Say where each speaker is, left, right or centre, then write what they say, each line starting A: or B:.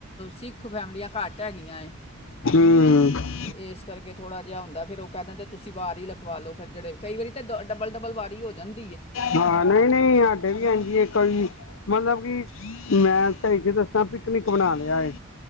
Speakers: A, on the left; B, on the left.
A: ਸਿੱਖ ਫੈਮਲੀਆਂ ਘੱਟ ਹੈਗੀਆਂ ਏ।
B: ਹਮ
A: ਤੇ ਇਸ ਕਰਕੇ ਥੋੜ੍ਹਾ ਜਿਹਾ ਹੁੰਦਾ ਫਿਰ ਉਹ ਕਹਿ ਦਿੰਦੇ ਤੁਸੀਂ ਵਾਰ ਹੀ ਲਖਵਾ ਲਓ ਫਿਰ ਜਿਹੜੇ ਕਈ ਵਾਰੀ ਤਾਂ ਦ ਡਬਲ-ਡਬਲ ਵਾਰ ਹੀ ਹੋ ਜਾਂਦੇ।
B: ਹਾਂ ਨਹੀਂ- ਨਹੀਂ ਸਾਡੇ ਵੀ ਆਂਜੀ ਇੱਕ ਵਾਰੀ ਮਤਲਬ ਕਿ ਮੈਂ ਤਾਂ ਇਥੇ ਦੱਸਾਂ ਪਿਕਨਿਕ ਬਣਾ ਲਿਆ ਹੈ,